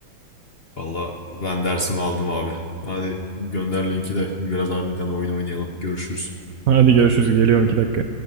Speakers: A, on the left; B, on the right.
A: Valla ben dersimi aldım abi. Hadi gönder linki de biraz harbiden oyun oynayalım. Görüşürüz.
B: Hadi görüşürüz. Geliyorum 2 dakika.